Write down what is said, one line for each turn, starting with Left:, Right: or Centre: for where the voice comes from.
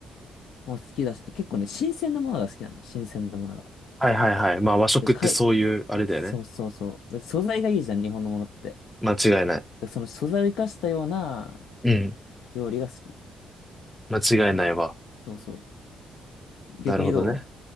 Left: も好きだし、結構ね、新鮮なものが好きなの。新鮮なものが。
Centre: はいはいはい。まあ和食ってそういう、
Left: で、か
Centre: あれだよね。
Left: そうそうそう。で素材がいいじゃん、日本のものって。
Centre: 間違いない。
Left: でその素材を生かしたような
Centre: うん。
Left: 料理が好き。
Centre: 間違いないわ。
Left: そうそう。逆にど
Centre: なるほどね。